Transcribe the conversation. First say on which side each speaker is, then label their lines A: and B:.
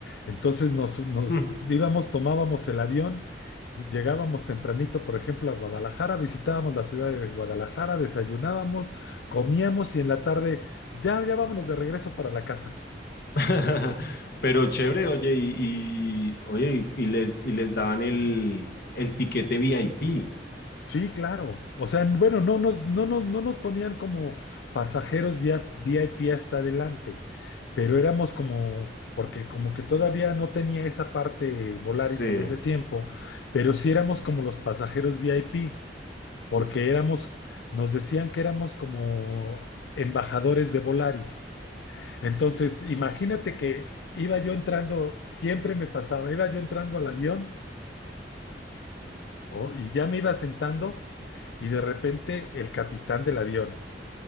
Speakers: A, on the left; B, on the left.
A: Entonces nos, nos
B: Mm.
A: íbamos, tomábamos el avión Llegábamos tempranito, por ejemplo, a Guadalajara, visitábamos la ciudad de Guadalajara, desayunábamos, comíamos y en la tarde, ya, ya vámonos de regreso para la casa.
B: <laughs> Pero chévere, oye, y, y- oye, y, y les y les daban el, el tiquete VIP.
A: Sí, claro. O sea, bueno, no nos, no nos, no nos ponían como pasajeros vía VIP hasta adelante, pero éramos como, porque como que todavía no tenía esa parte Volaris
B: Sí.
A: en ese tiempo, pero sí éramos como los pasajeros VIP, porque
B: Los-
A: éramos, nos decían que éramos como embajadores de Volaris. Entonces, imagínate que iba yo entrando, siempre me pasaba, iba yo entrando al avión oh, y ya me iba sentando y de repente el capitán del avión.